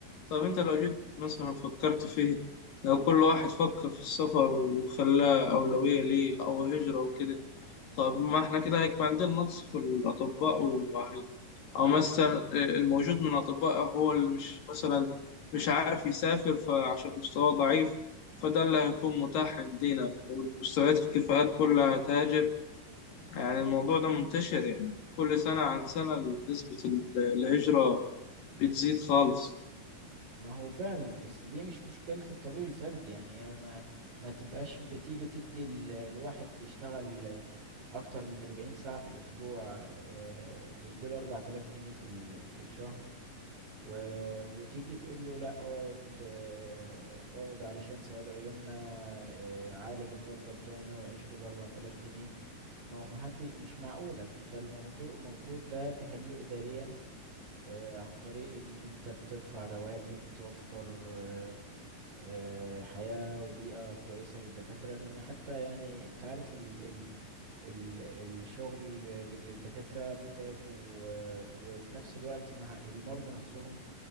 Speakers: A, on the left; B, on the right.
A: طب أنت لو جيت مثلا فكرت فيه لو كل واحد فكر في السفر وخلاه أولوية ليه أو هجرة وكده طب ما احنا كده هيبقى عندنا نقص في الأطباء وهي أو مثلا الموجود من الأطباء هو اللي مش مثلا مش عارف يسافر فعشان مستواه ضعيف فده اللي هيكون متاح عندنا والمستويات الكفاءات كلها تهاجر يعني الموضوع ده منتشر يعني كل سنة عن سنة نسبة ال- الهجرة بتزيد خالص
B: ما هو فعلا بس دي مش مشكلة الطبيب الفردي يعني هي ما ما تبقاش بتيجي تدي ال- الواحد بيشتغل آه، أكتر من أربعين ساعة في الأسبوع آه، بتديله أربعة آلاف جنيه في ال- في الشهر و... وتيجي تقول له لا اقعد آه، اقعد علشان سواد عيوننا آه، عالج المرضى بتوعنا وعيش بالأربعة آلاف جنيه ما هو ما حد مش معقولة فأنت المفروض المفروض ده تحله إداريا آه، عن طريق ان انت بترفع رواتب توفر آه، آه، حياة وبيئة كويسة للدكاترة لان حتى يعني انت عارف ال ال ال الشغل للدكاترة متعب و وفي نفس الوقت مع المرضى نفسهم